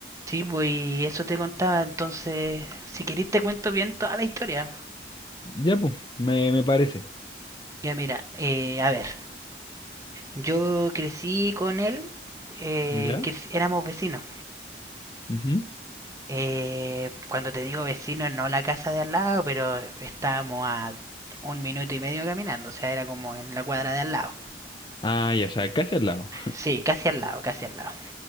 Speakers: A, on the right (about 20°); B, on the left (about 25°).
A: Sí, pues y eso te contaba, entonces, si querés te cuento bien toda la historia.
B: Ya, pues, me, me parece.
A: Ya mira, eh, a ver, yo crecí con él, eh,
B: ¿Ya?
A: crec- éramos vecinos.
B: ujú.
A: Eh, cuando te digo vecinos, no la casa de al lado, pero estábamos a un minuto y medio caminando, o sea, era como en la cuadra de al lado.
B: Ah, ya, o sea, casi al lado.
A: Sí, casi al lado, casi al lado.